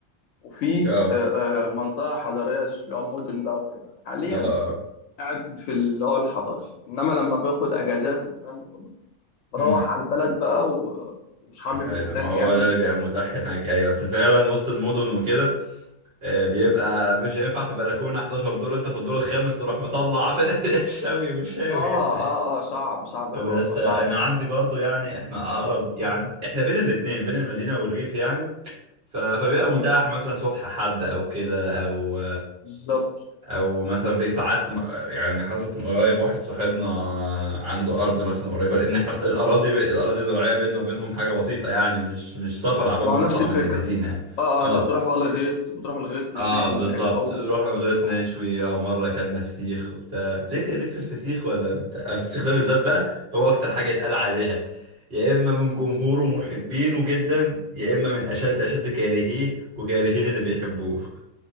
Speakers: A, on the left (about 70°); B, on the right (about 50°).
A: وفي
B: اه
A: آه، آه، منطقة حضرية اللي هو مدن بقى وكده حاليا
B: اه اه
A: قاعد في اللي هو الحضاري إنما لما باخد أجازات والكلام ده كله بروح
B: امم
A: على البلد بقى و- وصحابي
B: حلو
A: بيبقوا هناك
B: ما هو
A: يعني
B: ده
A: و...
B: اللي بيبقى متاح هناك ايوه بس فعلا وسط المدن وكده آه، بيبقى مش هينفع في بلكونة 11 دور انت في الدور الخامس تروح مطلع <laughs> شاوي وشاوي
A: آه
B: يعني
A: آه آه صعب صعب
B: بس
A: أوي بتبقى
B: آه،
A: صعبة
B: انا عندي برضو يعني احنا اقرب يعني احنا بين الاتنين بين المدينة والريف يعني ف- فبيبقى
A: مم،
B: متاح مثلا صبح حد او كده او
A: بالظبط
B: او مثلا في ساعات م- يعني حصلت من قريب واحد صاحبنا عنده ارض مثلا قريبه لان احنا الاراضي ب... الاراضي الزراعيه بيننا وبينهم حاجه بسيطه يعني مش مش سفر عبال
A: ما
B: ما
A: هو
B: تطلع
A: نفس الفكرة
B: من المدينه
A: آه
B: اه
A: آه أنت بتروح بقى للغيط بتروح للغيط
B: اه
A: وبتشوي
B: بالظبط
A: هناك أو
B: رحنا وزيت نشوي
A: أو
B: او مره اكلنا فسيخ وبتاع ليك ليك في الفسيخ ولا بتاع الفسيخ ده بالذات بقى هو اكتر حاجه يتقال عليها يا اما من جمهوره محبينه جدا يا اما من اشد اشد كارهيه وكارهين اللي بيحبوه